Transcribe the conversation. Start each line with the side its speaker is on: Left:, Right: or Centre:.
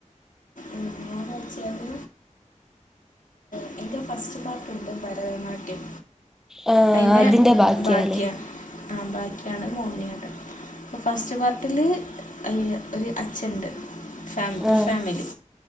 Left: എങ്ങനെയാന്ന് വെച്ചാല് അതിൻ്റെ ഫസ്റ്റ് പാർട്ടോണ്ട് ഭരതനാട്യം.
Centre: ആ
Left: അയിന്റെ
Centre: അതിൻ്റെ ബാക്കിയാല്ലേ
Left: ബാക്കിയ ആഹ് ബാക്കിയാണ് മോഹിനിയാട്ടം അപ്പോം ഫസ്റ്റ് പാർട്ടില് അയ്യ ഒരു അച്ഛണ്ട് ഫാമ് ഒരു
Centre: ആ
Left: ഫാമിലി